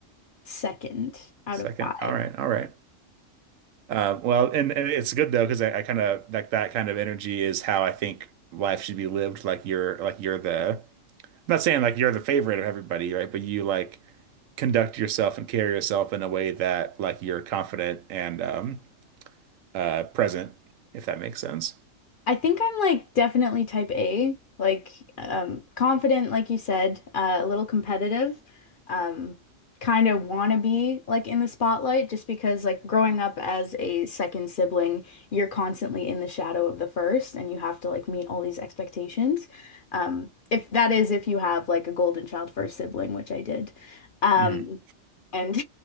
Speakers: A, on the left (about 55°); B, on the right (about 85°).
A: Second out
B: Second.
A: of five.
B: All right. All right. Um, well, and, and it's good though because I, I kind of like that kind of energy is how I think life should be lived. Like you're like you're the I'm not saying like you're the favorite of everybody, right? But you like conduct yourself and carry yourself in a way that like you're confident and um uh present, if that makes sense.
A: I think I'm like definitely type A, like um, confident, like you said, uh, a little competitive, um, kind of wanna be like in the spotlight just because like growing up as a second sibling, you're constantly in the shadow of the first and you have to like meet all these expectations. Um, if that is if you have like a golden child first sibling, which I did. Um,
B: Mhm.
A: and